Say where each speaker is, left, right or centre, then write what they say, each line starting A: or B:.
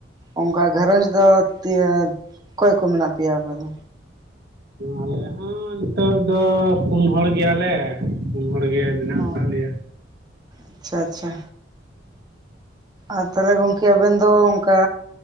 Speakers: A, on the right; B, on the right.
A: ᱚᱱᱠᱟ ᱜᱷᱟᱨᱚᱸᱡᱽ ᱫᱚ ᱛᱤ ᱚᱠᱚᱭ ᱠᱚ ᱢᱮᱱᱟᱜ ᱯᱮᱭᱟ ᱟᱯᱮ ᱫᱚ
B: ᱟᱞᱮ ᱦᱚᱸ ᱱᱤᱛᱳ ᱫᱚ ᱯᱩᱱ ᱦᱚᱲ ᱜᱮᱭᱟᱞᱮ ᱯᱩᱱ ᱦᱚᱲ ᱟᱞᱮ ᱜᱮ ᱢᱮᱱᱟᱜ
A: ᱚ
B: ᱠᱟᱜ ᱞᱮᱭᱟ
A: ᱟᱪᱪᱷᱟ ᱟᱪᱪᱷᱟ ᱟᱨ ᱛᱟᱦᱞᱮ ᱜᱚᱢᱠᱮ ᱟᱵᱮᱱ ᱫᱚ ᱚᱱᱠᱟ